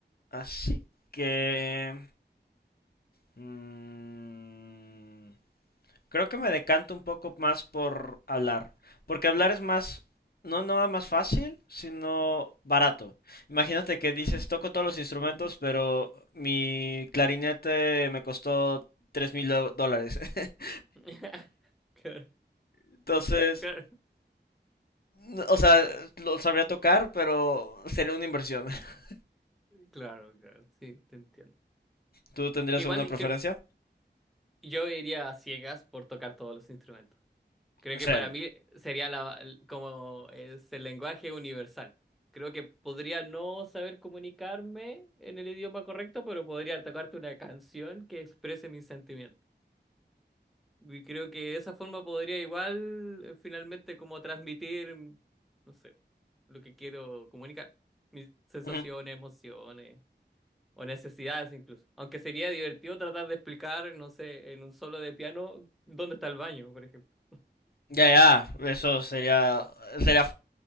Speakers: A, on the left; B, in the centre.
A: así que... mm, Creo que me decanto un poco más por hablar, porque hablar es más, no nada más fácil, sino barato. Imagínate que dices, toco todos los instrumentos,
B: mm.
A: pero mi clarinete me costó tres mil dólares. <laughs>
B: <laughs> Claro,
A: Entonces,
B: claro,
A: n- o sea, lo sabría tocar, pero sería una inversión. <laughs>
B: claro, claro, sí, te entiendo.
A: ¿Tú tendrías
B: Porque igual
A: alguna
B: y
A: preferencia?
B: cre- yo iría a ciegas por tocar todos los instrumentos. Creo
A: En
B: que
A: serio.
B: para mí sería la, l- como es el lenguaje universal. Creo que podría no saber comunicarme en el idioma correcto, pero podría tocarte una canción que exprese mis sentimientos. Y creo que de esa forma podría igual eh, finalmente como transmitir, no sé, lo que quiero comunicar, mis sensaciones,
A: Ujú.
B: emociones o necesidades incluso. Aunque sería divertido tratar de explicar, no sé, en un solo de piano dónde está el baño, por ejemplo.
A: Ya, ya, eso sería, sería